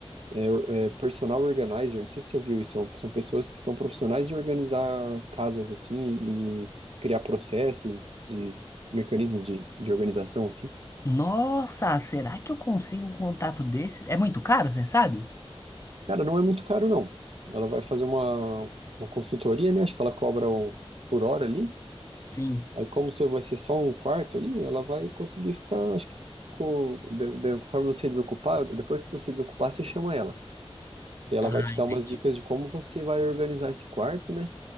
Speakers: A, on the right; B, on the left.
A: é, or- é, personal organizer. Não sei se você viu isso. São, são pessoas que são profissionais em organizar casas, assim, e criar processos e mecanismos de, de organização, assim.
B: Nossa, será que eu consigo um contato desse? É muito caro, você sabe?
A: Cara, não é muito caro, não. Ela vai fazer uma, uma consultoria, né? Acho que ela cobra o- por hora ali.
B: Sim.
A: Aí, como o seu vai ser só um quarto ali, ela vai conseguir ficar, acho que, co- de- de- conforme você desocupar, depois que você desocupar, você chama ela. Daí ela
B: Ah,
A: vai te dar
B: entendi.
A: umas dicas de como você vai organizar esse quarto, né?